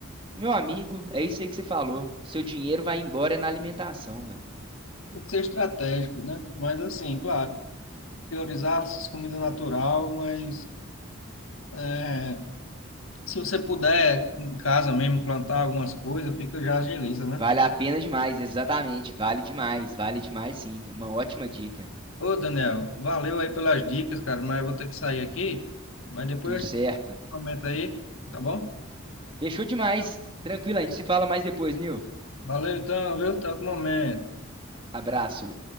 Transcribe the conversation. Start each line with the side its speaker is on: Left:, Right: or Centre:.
Right: Meu amigo, é isso aí que você falou. Seu dinheiro vai embora é na alimentação, velho.
Left: Tem que ser estratégico, né? Mas assim, claro, priorizar as comidas natural, mas é, se você puder em casa mesmo plantar algumas coisas, fica já agiliza, né?
Right: Vale a pena demais, exatamente. Vale demais, vale demais sim. Uma ótima dica.
Left: Ô, Daniel, valeu aí pelas dicas, cara, mas eu vou ter que sair aqui. Mas depois
Right: Tudo certo.
Left: eu te comento aí, tá bom?
Right: Fechou demais. Tranquilo, a gente se fala mais depois, Nil.
Left: Valeu então, viu? Até outro momento.
Right: Abraço.